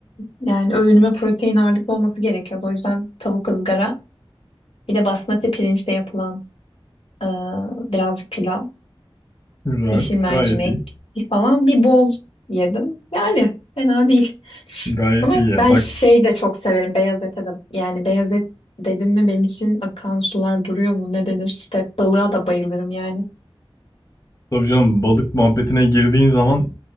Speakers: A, on the left; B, on the left.
A: yani öğünüme protein ağırlıklı olması gerekiyordu. O yüzden tavuk ızgara bir de basmati pirinçle yapılan e, birazcık pilav.
B: Güzel.
A: yeşil mercimek
B: Gayet iyi.
A: falan bir bol yedim. Yani fena değil.
B: Gayet
A: Ama
B: iyi ya.
A: ben
B: Bak
A: şey de çok severim beyaz ete de. Yani beyaz et dedim mi benim için akan sular duruyor mu ne denir? İşte balığa da bayılırım yani.
B: tabii canım balık muhabbetine girdiğin zaman